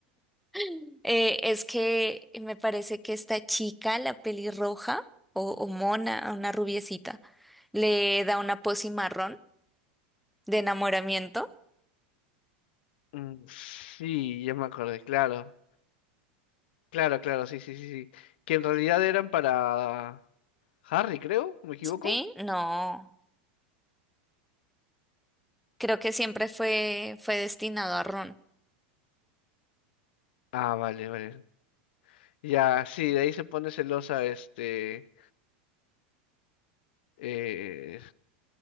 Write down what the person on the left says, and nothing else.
Mm, Sí, ya me acordé, claro. Claro, claro, sí, sí, sí, sí. Que en realidad eran para Harry, creo, ¿me equivoco?
Ah, vale, vale. Ya, sí, de ahí se pone celosa, este, eh,